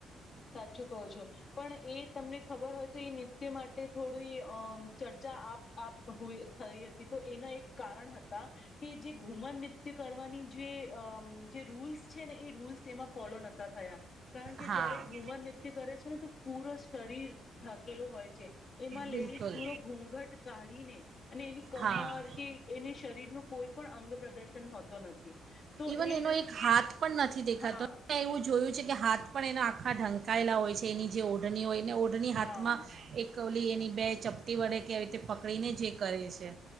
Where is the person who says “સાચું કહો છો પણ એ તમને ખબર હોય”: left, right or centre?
Left